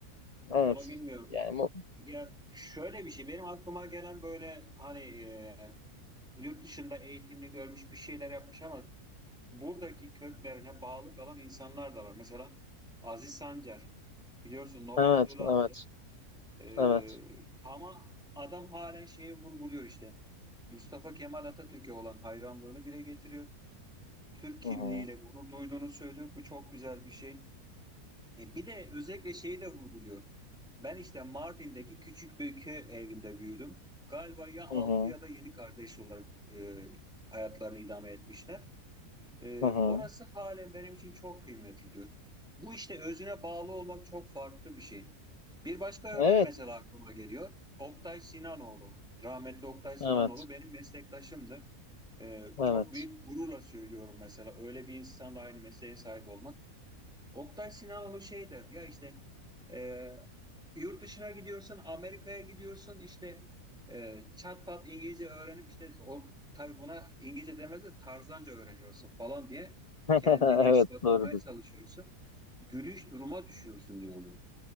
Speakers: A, on the left (about 35°); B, in the centre.
A: Evet.
B: Onu bilmiyorum.
A: Yani bu...
B: Ya şöyle bir şey benim aklıma gelen böyle hani e, yurt dışında eğitimli görmüş bir şeyler yapmış ama buradaki köklerine bağlı kalan insanlar da var. Mesela Aziz Sancar biliyorsun Nobel
A: Evet,
B: ödülü
A: evet,
B: aldı. E,
A: evet.
B: ama adam halen şeye vurguluyor işte. Mustafa Kemal Atatürk'e olan hayranlığını dile getiriyor. Türk kimliğiyle
A: Hı hı,
B: gurur duyduğunu söylüyor. Bu çok güzel bir şey. E, bir de özellikle şeyi de vurguluyor. Ben işte Mardin'deki küçük bir köy evinde büyüdüm. Galiba ya altı
A: hı hı,
B: ya da 7 kardeş olarak e, hayatlarını idame etmişler. E,
A: hı hı.
B: orası halen benim için çok kıymetli diyor. Bu işte özüne bağlı olmak çok farklı bir şey. Bir başka örnek
A: Evet,
B: mesela aklıma geliyor. Oktay Sinanoğlu, rahmetli Oktay Sinanoğlu
A: evet,
B: benim meslektaşımdı. E,
A: evet.
B: çok büyük gururla söylüyorum mesela öyle bir insanla aynı mesleğe sahip olmak. Oktay Sinanoğlu şey der ya işte e, yurt dışına gidiyorsun, Amerika'ya gidiyorsun işte e, çat pat İngilizce öğrenip işte o tabii buna İngilizce demez de tarzanca öğreniyorsun falan diye
A: <laughs>
B: kendini
A: Evet
B: ispatlamaya
A: doğrudur.
B: çalışıyorsun. Gülüş duruma düşüyorsun diyordu.